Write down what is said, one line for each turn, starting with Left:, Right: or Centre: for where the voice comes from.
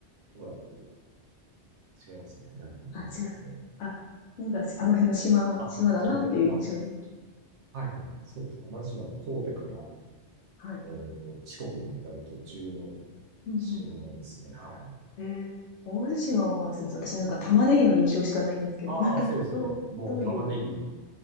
Right: どうだっけ違いますね。なんかありますよね。
Left: あ、違う。
Right: でも。
Left: あ、なんかし、あの辺の島、
Right: あ、
Left: 島だなっていう印象で。
Right: ちょっと待って。あ、はいはいはい。そうですね。同じ島の神戸から、
Left: はい。
Right: えっと、四国に渡る途中の
Left: うん
Right: 島ですね。はい。
Left: うん。えー、淡路島は、すみません。私なんか玉ねぎの印象しかないんですけど、
Right: ああ、
Left: なんか、
Right: そうですね。
Left: どう、
Right: もう玉ねぎ、
Left: どういうもの、